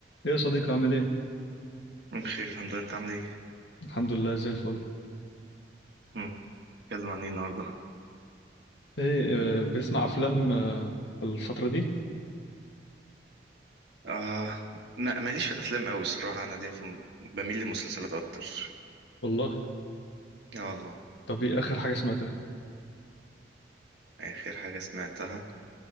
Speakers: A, on the left; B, on the right.
A: ايه يا صديقي عامل ايه؟
B: بخير الحمد لله انت عامل ايه؟
A: الحمد لله زي الفل
B: امم اتكلم عن ايه النهارده؟
A: ايه آه، بتسمع افلام آه، الفترة دي؟
B: آه ما ماليش في الافلام قوي الصراحه انا ليا في بميل للمسلسلات اكتر
A: والله
B: اه
A: طب ايه اخر حاجة سمعتها؟
B: اخر حاجه سمعتها